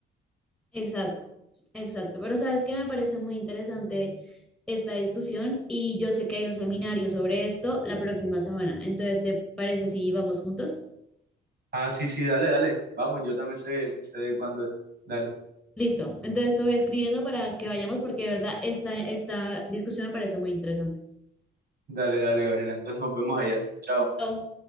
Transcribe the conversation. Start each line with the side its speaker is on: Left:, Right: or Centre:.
Centre: Exacto, exacto. Pero sabes que me parece muy interesante esta discusión y yo sé que hay un seminario sobre esto la próxima semana. Entonces, ¿te parece si vamos juntos?
Right: Ah, sí, sí, dale, dale. Vamos, yo también sé, sé cuándo es. Dale,
Centre: Listo. Entonces te voy escribiendo para que vayamos porque de verdad esta, esta discusión me parece muy interesante.
Right: dale, dale, Gabriela. Entonces nos vemos allá. Chao.
Centre: Chao.